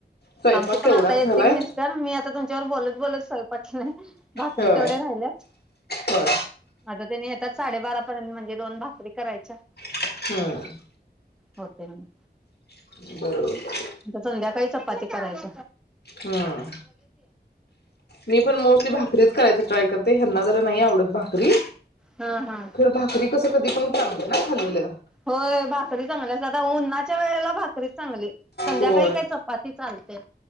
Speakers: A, on the left (about 70°); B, in the centre.
A: स्वयंपाक
B: आमचे पण
A: तेवढाच
B: आता येतील
A: झालाय
B: मिस्टर मी आता तुमच्यावर बोलत बोलत स <inaudible> भाकरी
A: होय
B: तेवढ्या राहिल्यात
A: होय
B: आता त्यानी य येतात साडेबारापर्यंत म्हणजे दोन भाकरी करायच्या
A: <inaudible> हम्म
B: होते ना
A: बरोबर <inaudible>
B: आ संध्याकाळी चपाती करायच
A: हम्म मी पण मोस्टली भाकरीच करायच ट्राय करते ह्यांना जरा जास्त नाही आवडत भाकरी
B: हा हा
A: खर भाकरी कस कधी? पण चांगल नाय खालेलं
B: होय. भाकरी चांगली आता उन्हानाच्या वेळेला भाकरीच चांगली संध्याकाळी
A: होय
B: काय चपाती चालते